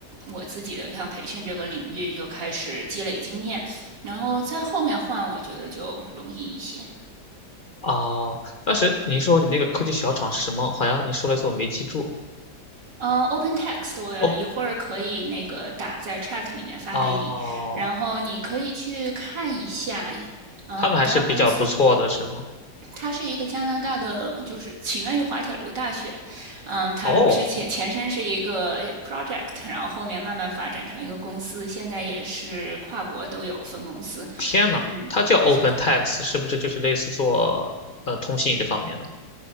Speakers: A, on the right; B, on the left.
A: 我自己的像培训这个领域就开始积累经验，然后在后面换，我觉得就容易一些。
B: 哦，当时您说你那个科技小厂是什么？好像你说了一次，我没记住。
A: 呃、o p e n t e x t 我一会儿可以那个打在
B: 哦，
A: Chat 里面发给你，
B: 哦，
A: 然后你可以去看一下。嗯，
B: 他们还是比较不错的，
A: 他公司
B: 是吗？
A: 它是一个加拿大的，就是起源于滑铁卢大学，嗯，它是之前前身是一个
B: 哦，
A: project，然后后面慢慢发展成一个公司，现在也是跨国都有分公司。
B: 天呐，
A: 嗯，
B: 它叫 OpenText，
A: 是的，
B: 是不是就是类似做呃通信这方面的？